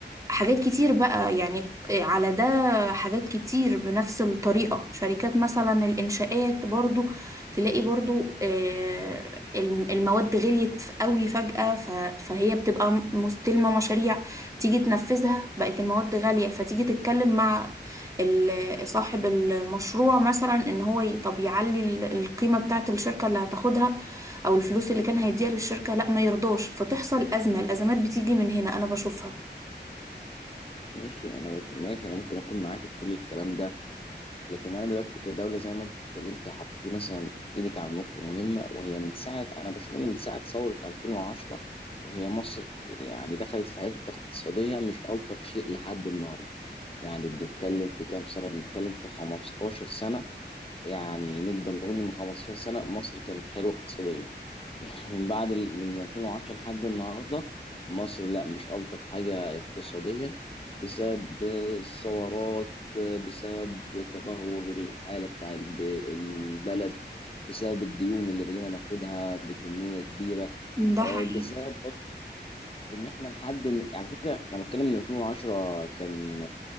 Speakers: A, on the right (about 15°); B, on the left (about 30°).
A: حاجات كتير بقى يعني على ده حاجات كتير بنفس الطريقة شركات مثلا الإنشاءات برضو تلاقي برضو آه، الم- المواد غليت قوي فجأة ف- فهي بتبقى مستلمة مشاريع تيجي تنفذها بقت المواد غالية فتيجي تتكلم مع ال- صاحب المشروع مثلا ان هو ي- طب يعلي ال- القيمة بتاعة الشركة اللي هتاخدها او الفلوس اللي كان هيديها للشركة لا ما يرضاش فتحصل أزمة الأزمات بتيجي من هنا أنا بشوفها
B: ماشي انا بت... ماشي انا ممكن اكون معاك في كل الكلام ده لكن انا دلوقتي كدوله زي ما انت اتكلمتي حطيتي مثلا ايدك على نقطه مهمه وهي من ساعه انا بشوف ان من ساعه ثوره 2010 وهي مصر يعني دخلت في حته اقتصاديه مش الطف شيء لحد النهارده يعني بنتكلم في كام سنة بنتكلم في 15 سنة يعني نقدر نقول إن من 15 سنة مصر كانت حلوة اقتصاديا يعني من بعد ال... من 2010 لحد النهارده مصر لا مش ألطف حاجة اقتصاديا بسبب الثورات بسبب تدهور الحالة بتاع الب... البلد بسبب الديون اللي بقينا ناخدها بكمية كبيرة
A: ده
B: آه،
A: حقيقي
B: بسبب وان احنا لحد م- على فكره انا بتكلم من 2010 كان